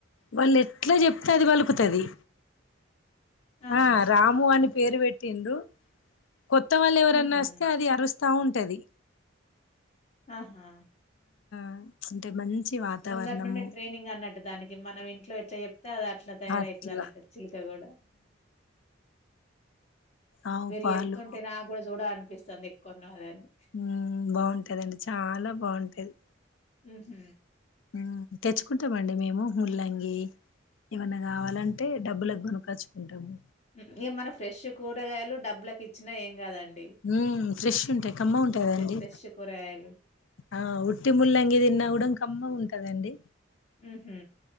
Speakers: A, on the left (about 80°); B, on the left (about 35°).
A: వాళ్ళు ఎట్ ఎట్లా చెప్తే అది పలుకుతది
B: ఆహా!
A: ఆ రాము అని ప పేరుపేట్టిండ్రు కొత్తవాళ్ళు ఎవరన్నా
B: హుహు.
A: అస్తే అది అరుస్తది ఆరుస్తా ఉంటది
B: ఆహా
A: ఆ అంటే మంచి వాతావరణము
B: ముందటి నుండి ట్రైనింగ్ అన్నట్టు దానికి మనం ఇంట్లో ఎట్లా చె తే అట్లా తయారవుతుది
A: అట్లా
B: అన్నట్ చిలక కూడా
A: ఆవు
B: మీరు
A: పాలు
B: చెప్తుంటే నాకు కూడా చూడల అనిపిస్తుంది కొన్నవ దాన్ని
A: ఉమ్ బాగుంటదండి చాలా బాగుంటాది
B: హుమ్
A: ఊహ్ తెచ్చుకుంటామండి మేము ముల్లంగి ఏమన్నా కావాలంటే డబ్బులకు కొనకచుకుంటాము
B: ఇక మనం ఫ్రెష్ కూరగాయలు డబ్బులలకు ఇచ్చినా ఏం కాదండి
A: ఉమ్ ఫ్రెష్ ఉంటాయి కమ్మగ ఉంట కదండి
B: ఫ్రెష్ కూరగాయలు.
A: ఆ ఉట్టి ముల్లంగి తిన్నా ఉడం కమ్మగుంటది కదండి
B: హుహు.